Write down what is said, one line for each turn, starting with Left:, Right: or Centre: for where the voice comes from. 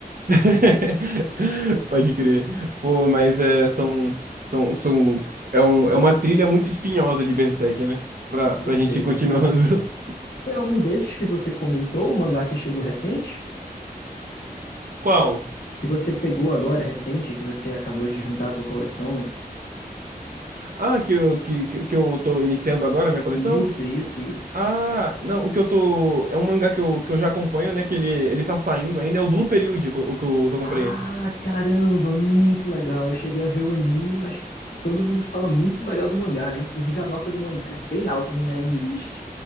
Right: <laughs> Pode crer. Pô, mas é, são, são, são, é, um, é uma trilha muito espinhosa de Berserk, né? Pra,
Left: com certeza.
Right: pra gente ir continuando. <laughs>
Left: Foi algum desses que você comentou, o mangá que chegou recente?
Right: Qual?
Left: Que você pegou agora, recente, que você acabou de juntar à tua coleção?
Right: Ah, que eu, que, que que eu tô iniciando agora a minha coleção?
Left: Isso, isso, isso.
Right: Ah, não, o que eu tô. É um mangá que eu, que eu já acompanho, né? Que ele, ele tá saindo ainda, é o Blue Period, o que eu, que eu comprei.
Left: Ah, caramba, muito legal. Eu cheguei a ver o anime, mas todo mundo fala muito melhor do mangá, né? Inclusive a nota do mangá é bem alta no My Anime List.